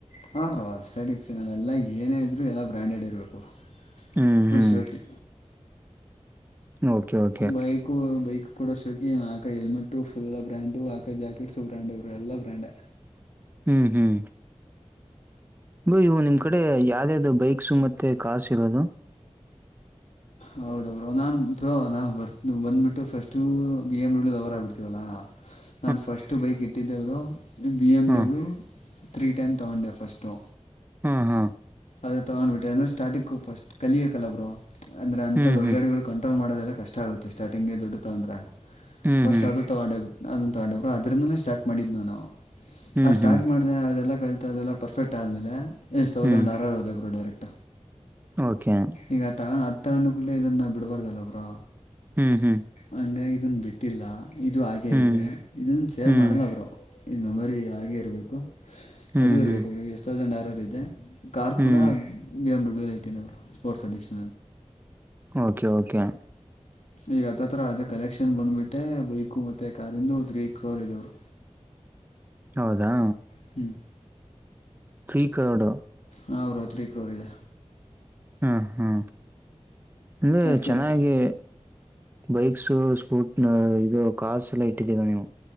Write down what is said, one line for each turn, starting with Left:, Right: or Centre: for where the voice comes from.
Left: ಹಾಂ ಬ್ರೋ ಅಸ್ತೆೆಟಿಕ್ಸ್ ನಾವೆಲ್ಲ ಏನೇ ಇದರೂ ಎಲ್ಲ ಬ್ರ್ಯಾಂಡೆಡ್ ಇರಬೇಕು
Right: ಹ್ಮ್
Left: ಫುಲ್
Right: ಹ್ಮ್
Left: ಶೋಕಿ
Right: ಓಕೆ ಓಕೆ
Left: ಬೈಕು ಬೈಕ್ ಕೂಡ ಶೋಕಿ ಆಕ ಹೆಲ್ಮೆಟ್ ಫುಲ್ ಬ್ರ್ಯಾಂಡು ಅಕೋ ಜಾಕೆಟ್ ಸಹ ಬ್ರಾಂಡ್ ಎಲ್ಲ ಬ್ರ್ಯಾಂಡೆ
Right: ಹ್ಮ್ ಹ್ಮ್ ಬ್ರೋ ಈವಾಗ ನಿಮ್ಮ ಕಡೆ ಯಾವ್ದ್ಯಾವ್ದು ಬೈಕ್ಸ್ ಮತ್ತೆ ಕಾರ್ಸ್ ಸಿಗೋದು
Left: ಹೌದ್ರೋ ಬ್ರೋ ನಾನ್ ಬೋ ನಾವು ಬರ್ ಬಂದ್ಬಿಟ್ಟು first B M W lover ಆಗಿಬಿಡ್ತೀವಾಲ್ಲ
Right: <inaudible>
Left: ನಾನು ಫಸ್ಟು ಬೈಕ್ ಇಟ್ಟಿದ್ದವರು ಬಿ ಎಮ್
Right: ಹಾ
Left: ಡಬ್ಲ್ಯೂ ತ್ರೀ ಟೈನ್ ತೊಗೊಂಡೆ ಫಸ್ಟು
Right: ಹಾ ಹಾ
Left: ಅದು ತಗೊಂಡ್ಬಿಟ್ಟೆ ಅಂದೆ ಸ್ಟಾರ್ಟಿಂಗ್ ಫಸ್ಟ್ ಕಲಿಯೋಬೇಕಲ್ಲ ಬ್ರೋ ಅಂದ್ರ ಅಂತ
Right: ಹ್ಮ್
Left: ದೊಡ್ಡ ಗಾಡಿಗಳು ಕಂಟ್ರೋಲ್ ಮಾಡೋದೆಲ್ಲ ಕಷ್ಟ ಆಗುತ್ತೆ ಸ್ಟಾರ್ಟಿಂಗ ದೊಡ್ಡೋದು ತಕೊಂಡ್ರೆ
Right: ಹ್ಮ್
Left: ಫ್ರಿಸ್ಟ್
Right: ಹ್ಮ್
Left: ಅದು ತಕೊಂಡೆ ಅದನ್ನ ತಕೊಂಡೆ ಬ್ರೋ ಅದರಿಂದಾನೆ ಸ್ಟಾರ್ಟ್ ಮಾಡಿದ್ದು ನಾನು
Right: ಹ್ಮ್
Left: ಆ
Right: ಹ್ಮ್
Left: ಸ್ಟಾರ್ಟ್
Right: ಹ್ಮ್
Left: ಮಾಡಿದೆ ಅದೆಲ್ಲ ಕಲಿತಾ ಅದೆಲ್ಲ ಪರ್ಫೆಕ್ಟ್ ಆದಮೇಲೆ ಎಸ್ ತೌಸಂಡ್
Right: ಹ್ಮ್
Left: ಆರ್ ಆರ್ ಹೊದೆ ಬ್ರೋ ಡೈರೆಟ್
Right: ಓಕೆ
Left: ಈಗ ಅದನ್ನ ತಕೊಂಡು ಕೂಡ ಇದನ್ನು ಬಿಡಬಾರ್ದಲ್ಲ ಬ್ರೋ
Right: ಹ್ಮ್ ಹ್ಮ್
Left: ಹಂಗಾಗಿ ಇದನ್ನ ಬಿಟ್ಟಿಲ್ಲ ಇದು ಹಾಗೇ
Right: ಹ್ಮ್
Left: ಇದೆ ಇದನ್ನ ಸೇಲ್
Right: ಹ್ಮ್
Left: ಮಾಡಲ್ಲ ಬ್ರೋ ಇದು ಮೆಮೊರಿ ಹಾಗೇ ಇರಬೇಕು
Right: ಹ್ಮ್
Left: ಅದುೂ ಇರಬೇಕು
Right: ಹ್ಮ್
Left: bro S thousand R R ಇದೆ ಕಾರ್
Right: ಹ್ಮ್
Left: ಕೂಡ ಬಿ ಎಮ ಡಬ್ಲ್ಯೂ ಇಟ್ಟಿನೆ bro four addition
Right: okay okay
Left: ಈಗ ಹತ್ತತ್ರ ಅದೇ ಕಲೆಕ್ಷನ್ ಬಂದ್ಬಿಟ್ಟೆ ಬೈಕು ಮತ್ತೆ ಕಾರ್ ಯಿಂದು ತ್ರೀ ಕ್ರೋರ್ ಇದೆ ಬ್ರೋ
Right: ಹೌದಾ
Left: ಹ್ಮ್
Right: ತ್ರೀ ಕ್ರೋರ್
Left: ಹಾ ಬ್ರೋ ತ್ರಿ ಕ್ರೋರ್ ಇದೆ
Right: ಹಾಂ ಹಾಂ ಅಂದರೆ
Left: ಅದಕ್ಕೆ
Right: ಚೆನ್ನಾಗಿ ಬೈಕ್ಸ್ ಸ್ಪೂಟ್ ಇದು ಕಾರ್ಸ್ ಎಲ್ಲ ಇಟ್ಟಿದ್ದೀರ ನೀವು